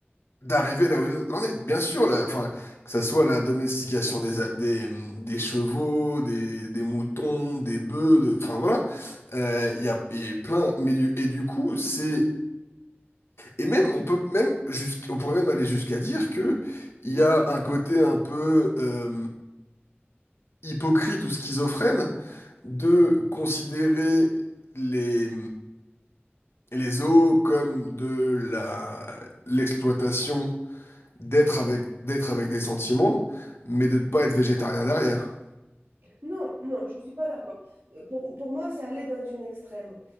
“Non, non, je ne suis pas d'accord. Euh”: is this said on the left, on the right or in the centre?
Right